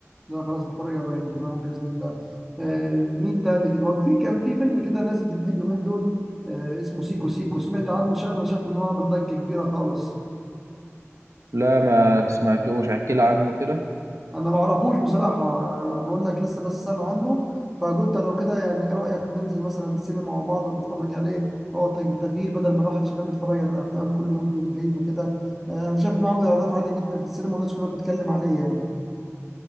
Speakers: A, in the centre; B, on the right (about 80°).
A: لا خلاص اتفرج على الرهينه تمام باذن الله آه مين تاني كده برضه في كان في فيلم كده نازل جديد اليومين دول آه اسمه سيكو سيكو سمعت عنه شايف شايف ان هو عامل ضجه كبيره خالص
B: لا ما سمعتوش احكي لي عنه كده
A: انا ما اعرفوش بصراحه أنا بقول لك لسه بس سامع عنه فقلت لو كده يعني ايه رايك ننزل مثلا السينما مع بعض ونتفرج عليه هو تغ- تغيير بدل ما الواحد شغال بيتفرج على الافلام كل يوم في البيت وكده آه، انا شايف انه عامل ايرادات عاليه جدا في السينما والناس كلها بتتكلم عليه يعني